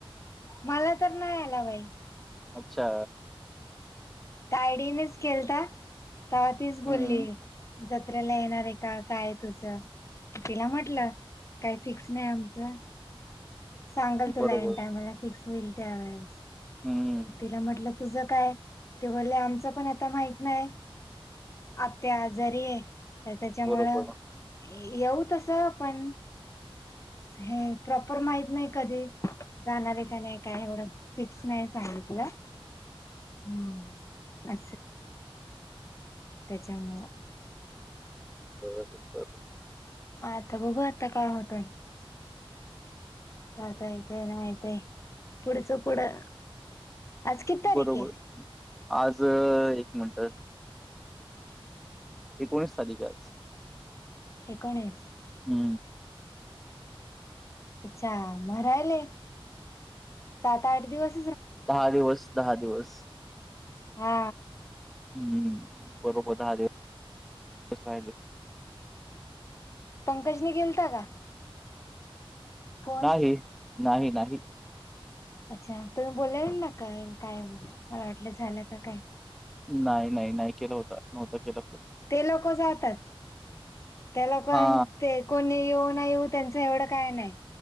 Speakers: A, on the left (about 30°); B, in the centre.
A: मला तर नाही आला बाई,
B: अच्छा
A: तायडीनेच खेलता त तीच
B: हम्म.
A: बोलली, जत्रेला येणार आहे का काय तुझं, तिला म्हटलं काही फिक्स नाही आमचं, सांगल तुला
B: बरोबर.
A: एन टायमला फिक्स होईल त्यावेळेस
B: हम्म.
A: तिला म्हटलं, तुझं काय, ते बले आमच पण आता माहित नाही आत्या आजारी आहे. तर त्याच्यामुळं
B: बरोबर.
A: येऊ तसं आपण, हे प्रॉपर माहित नाही कधी, जाणारे का नाही काय एवढं फिक्स नाही सांगितलं. हम्म अ, त्याच्यामुळं,
B: बर बरं
A: आता बघू आता काय होतंय. आता ययेत ना येतय पुढचं पुढं, आज किती तारीख
B: बरोबर
A: आहे
B: आज एक मिनट, एकोणीस तारखेच,
A: एकोणीस,
B: हा
A: अच्छा म रायले सात आठ दिवस,
B: दहा दिवस दहा दिवस,
A: हा
B: हम्म बरोबर दहा दिवसस राहिले.
A: पंकजनी गेलता का फोन
B: नाही नाही नाही
A: अच्छा तुम्ही बोलाल ना का काय मला वाटलं झालं का काय
B: नाही नाही नाही केलं होता नव्हता केला फोन
A: ते लोक जातात त्या लोक
B: हा
A: ते कोणी येऊन, नाही येऊ त्यांच एवढं काय नाही.